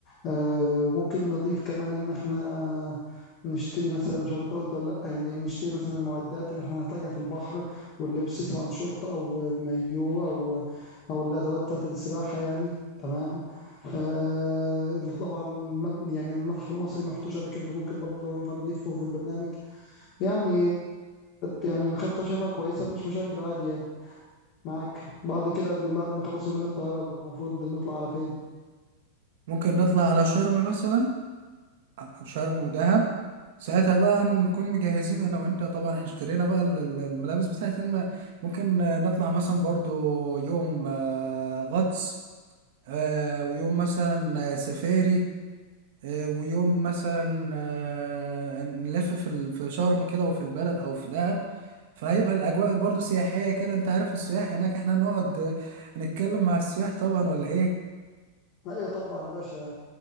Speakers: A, on the left; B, on the right.
A: آه، وممكن نضيف كمان إن إحنا نشتري مثلا مش عارف أنت قلت ولا لأ يعني نشتري مثلا المعدات اللي إحنا هنحتاجها في البحر واللبس سواء شورت أو مايو أو أو الأدوات بتاعة السباحة يعني تمام آه طبعا مت- يعني المتحف المصري ما رحتوش قبل كده فممكن برضه لو ينفع نضيفه في البرنامج يعني يعني الخطة شايفها كويسة مفيش مشاكل عادي يعني معاك بعد كده اليوم بعد ما خلص يومين القاهرة المفروض نطلع على فين؟
B: ممكن نطلع على شرم مثلا آه، شرم ودهب ساعتها بقى نكون مجهزين انا وانت طبعا احنا اشترينا بقى ال- ال- الملابس بتاعت الم... ممكن آه، نطلع مثلا برضو يوم آه، غطس آه ويوم مثلا آه، سفاري آه ويوم مثلا آه نلف في ال- في شرم كده وفي البلد او في دهب فهيبقى الاجواء برضو سياحيه كده انت عارف السياح هناك احنا نقعد آه، نتكلم مع السياح طبعا ولا ايه
A: ايوه طبعا يا باشا